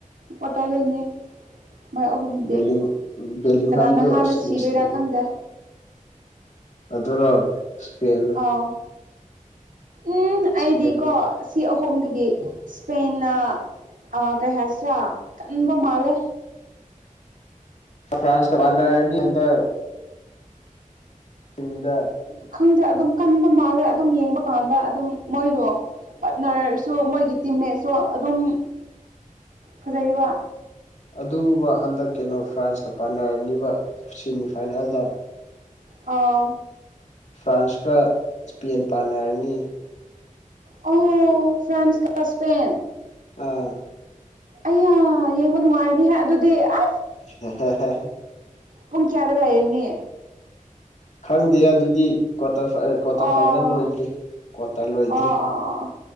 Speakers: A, on the right (about 70°); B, on the left (about 55°).
A: ꯄꯣꯥꯎꯗꯅꯦ ꯃꯣꯏ ꯑꯍꯨꯝꯗꯤ
B: ꯕꯦꯂꯤꯡ ꯕꯦꯂꯤꯡꯍꯝꯗꯣ
A: ꯀꯅꯥꯅ ꯍꯥꯟꯅ
B: ꯑꯁ
A: ꯁꯤꯗꯣꯏꯔꯥ
B: ꯅꯨꯡꯁꯤ
A: ꯈꯪꯗꯦ
B: ꯑꯗꯨꯅꯣ ꯏꯁꯄꯦꯟ
A: ꯑꯣ ꯎꯝ
B: ꯏꯁꯄꯦꯟꯅ
A: ꯑꯩꯗꯤꯀꯣ ꯑꯁꯤ ꯑꯍꯨꯝꯗꯒꯤ ꯢꯁꯄꯦꯟꯅ ꯀꯩ ꯍꯥꯏꯁꯤꯔꯥ ꯀꯟꯕ ꯃꯥꯜꯂꯦ
B: ꯐ꯭ꯔꯥꯟꯁ ꯀ ꯃꯥꯟꯂ ꯑꯗ <unintelligible> ꯆꯨꯝꯃꯤꯗꯥ
A: ꯈꯪꯗꯦ ꯑꯗꯨꯝ ꯀꯟꯕ ꯃꯥꯜꯂꯦ ꯑꯗꯨꯝ ꯌꯦꯡꯕ ꯀꯥꯟꯗ ꯑꯗꯨꯝ ꯃꯣꯏꯗꯣ ꯄꯥꯔꯠꯅꯔꯁꯨ ꯃꯣꯏꯒꯤ ꯇꯤꯝꯃꯦꯠꯁꯨ ꯑꯗꯨꯝ ꯐꯖꯩꯌꯦꯕ
B: ꯑꯗꯨꯕꯨꯕ ꯍꯟꯗꯛ ꯀꯩꯅꯣ ꯐ꯭ꯔꯥꯟꯁꯀ ꯄꯥꯟꯅꯔꯅꯤꯕ ꯁꯤꯃꯤꯐꯥꯏꯅꯦꯜꯗ
A: ꯑꯥ
B: ꯐ꯭ꯔꯥꯟꯁꯀ ꯏꯁꯄꯦꯟ ꯄꯥꯟꯅꯔꯅꯤ
A: ꯑꯥ ꯐ꯭ꯔꯥꯟꯁ ꯀ ꯁꯄꯦꯟ
B: ꯑꯥ
A: ꯑꯌꯥ ꯌꯦꯡꯕ ꯅꯨꯡꯉꯥꯏꯔꯅꯤ ꯍꯦ ꯑꯗꯨꯗꯤ ꯑ
B: ꯍꯦ ꯍꯦ ꯍꯦ ꯍꯦ
A: ꯄꯨꯡ ꯀꯌꯥꯗ ꯂꯩꯔꯅꯤ
B: ꯈꯪꯗꯦ ꯑꯗꯨꯗꯤ ꯀ꯭ꯋꯥꯇꯔ ꯐꯥꯏꯔꯦꯠ
A: ꯑꯣ
B: ꯀ꯭ꯋꯥꯇꯔ ꯐꯥꯏꯅꯦꯜ ꯂꯣꯏꯗ꯭ꯔꯤ ꯀ꯭ꯋꯥꯇꯔ ꯂꯣꯏꯗ꯭ꯔꯤ
A: ꯑꯣ ꯑꯣ ꯑꯣ